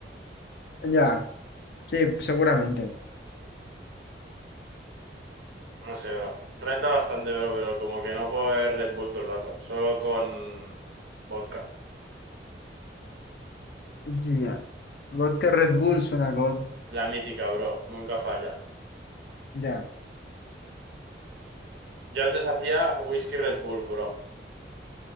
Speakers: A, on the left; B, on the right.
A: Ya, sí, seguramente.
B: No sé, bro. Renta bastante, bro, pero como que no puedo ver Red Bull todo el rato, solo con vodka.
A: Ya. Vodka Red Bull suena God.
B: La mítica, bro, nunca falla.
A: Ya.
B: Yo antes hacía whisky Red Bull, bro.